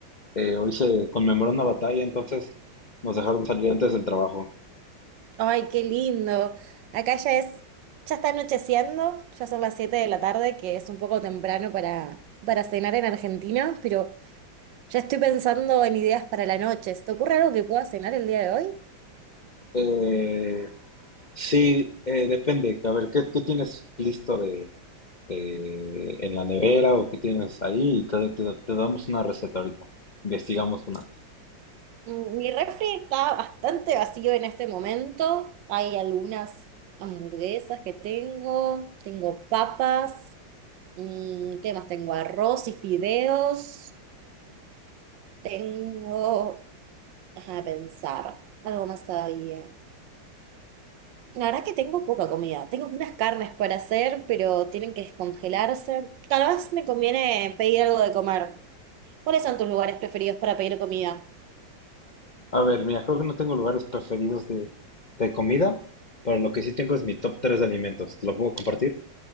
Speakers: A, on the left; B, on the right.
A: eh, hoy se conmemoró una batalla, entonces nos dejaron salir antes del trabajo.
B: Ay, qué lindo. Acá ya es, ya está anocheciendo, ya son las 7 de la tarde, que es un poco temprano para, para cenar en Argentina, pero ya estoy pensando en ideas para la noche. ¿Se te ocurre algo que pueda cenar el día de hoy?
A: Eh, sí, eh, depende. A ver, ¿qué, qué tienes listo de, de- en la nevera o qué tienes ahí? Y te, te- te damos una receta ahorita. Investigamos una.
B: Mm, Mi refri está bastante vacío en este momento. Hay algunas hamburguesas que tengo, tengo papas, mm, ¿qué más tengo? Arroz y fideos. Tengo Déjame pensar, algo más todavía. La verdad que tengo poca comida. Tengo unas carnes para hacer, pero tienen que descongelarse. Tal vez me conviene pedir algo de comer. ¿Cuáles son tus lugares preferidos para pedir comida?
A: A ver, mira, creo que no tengo lugares preferidos de, de comida, pero lo que sí tengo es mi top 3 de alimentos. ¿Te lo puedo compartir?